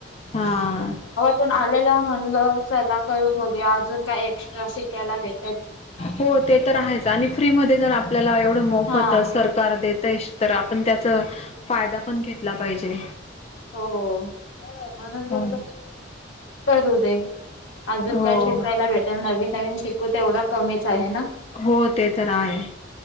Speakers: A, on the left; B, on the left.
A: हा.
B: पण आलेला म्हणलं चला करून बघूया अजून काय एक्स्ट्रा शिकायला भेट
A: हो ते तर आहेच आणि फ्री मध्ये जर आपल्याला एवढं मोफत
B: हा
A: सर कार देतय, तर आपण त्याचा फायदा पण घेतला पाहिजे.
B: हो हो. म्हणून बोललं-
A: हो ना
B: करू दे. अजून
A: हो
B: काय शिकायला भेट नवीन नवीन शिकू तेवढ कमीच आहे ना?
A: हो ते तर आहे.